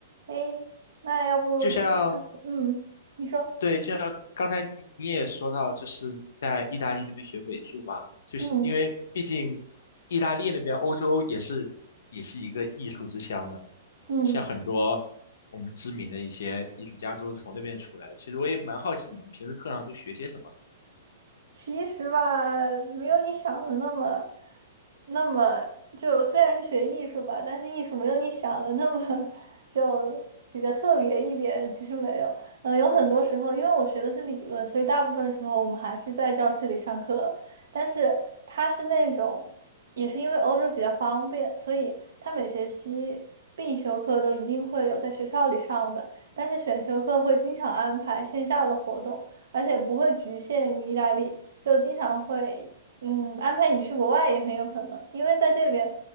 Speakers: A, on the right; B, on the left.
A: 哎，那要不就
B: 就像
A: 嗯，你说，
B: 对，就像刚才你你也说到，就是你在意大利那边学美术嘛，就是因为毕竟
A: 嗯
B: 意大利那边欧洲也是也是一个艺术之乡了，
A: 嗯。
B: 像很多我们知名的一些艺术家都是从那边出来的。其实我也蛮好奇你们平时课上都学些什么。
A: 其实吧，没有你想的那么，那么就虽然是学艺术吧，但是艺术没有你想的那么 <laughs> 就比较特别一点。其实没有，嗯，有很多时候，因为我学的是理论，所以大部分时候我们还是在教室里上课。但是它是那种，也是因为欧洲比较方便，所以它每学期必修课都一定会有在学校里上的，但是选修课会经常安排线下的活动。而且不会局限于意大利。就经常会嗯安排你去国外也很有可能，因为在这边，